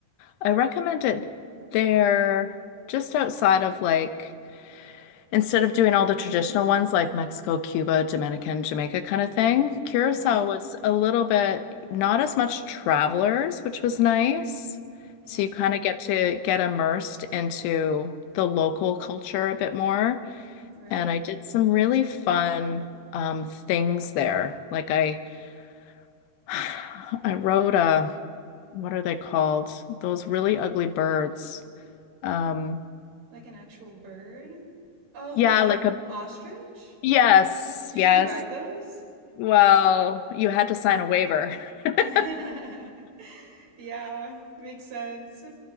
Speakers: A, on the left; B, on the right.
A: I recommend it there just outside of like Instead of doing all the traditional ones like Mexico, Cuba, Dominican, Jamaica kind of thing, Curacao
B: Mm-hmm.
A: was a little bit not as much travelers, which was nice.
B: Mm.
A: So you kind of get to get immersed into the local culture a bit more.
B: Right.
A: And I did some really fun um, things there. Like I, <sighs> I rode a, what are they called? Those really ugly birds. Um,
B: Like an actual bird? Oh,
A: yeah,
B: the
A: like a,
B: ostrich?
A: yes,
B: You
A: yes.
B: can ride those?
A: Well, you had to sign a waiver. <laughs>
B: <laughs> Yeah, makes sense.